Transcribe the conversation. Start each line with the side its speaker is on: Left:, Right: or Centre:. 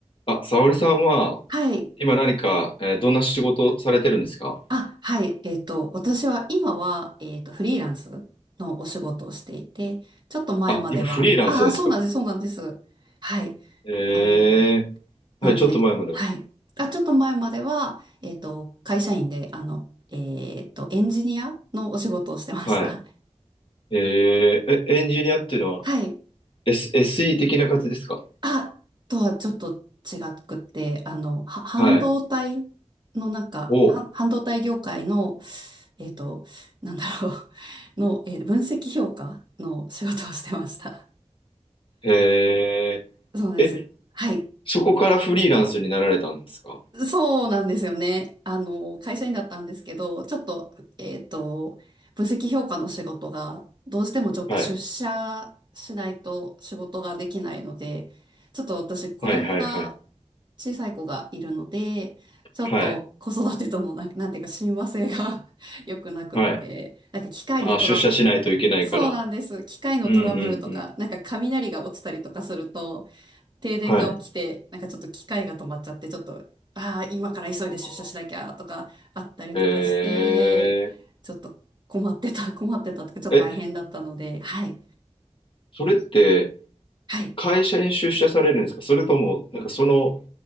Left: あ、沙織さんは、
Right: はい。
Left: 今何か、えーどんな仕事をされてるんですか
Right: あ、はい。えっと、私は今は、えっと、フリーランスのお仕事をしていて、ちょっと前までは、
Left: あ、今フリーランスなんですか
Right: ああ、そうなんです、そうなんです。はい。
Left: え
Right: あの、
Left: ー
Right: なんで、
Left: はい、ちょっと前までは。
Right: はい。あ、ちょっと前までは、えっと、会社員で、あの、えっと、エンジニアのお仕事をしてました。
Left: はい。えーえ、エンジニアっていうのは、
Right: はい。
Left: S、SE 的な感じですか
Right: あ、とはちょっと違くて、あの、は半導体のなんか、
Left: はい。おう。
Right: は半導体業界の、えっと、なんだろう、<laughs> の、えー分析評価の仕事をしてました。
Left: え
Right: そうです。
Left: ーえ、
Right: はい。
Left: そこからフリーランスになられたんですか
Right: そうなんですよね。あの、会社員だったんですけど、ちょっと、えっと、分析評価の仕事が、どうしてもちょっと出社しないと仕事ができないので、
Left: はい。
Right: ちょっと私、子供が、
Left: はい、はい、はい。
Right: 小さい子がいるので、ちょっと子育てとの、
Left: はい。
Right: なんなんていうか、親和性が <laughs> 良くなくって、
Left: はい。
Right: なんか機械のトラ、
Left: あ、出社しないといけないから。
Right: そうなんです。機械のトラブルとか、
Left: うん、うん、うん。
Right: なんか雷が落ちたりとかすると、停電が起きて、
Left: はい。
Right: なんかちょっと機械が止まっちゃって、ちょっと、ああ、今から急いで出社しなきゃとかあったりとかして、
Left: あーえ
Right: ちょっと困ってた、<laughs> 困ってたとか、ちょっと大変だったので、
Left: ーえ、
Right: はい、
Left: それって
Right: はい、
Left: 会社に出社されるんですかそれとも、なんかその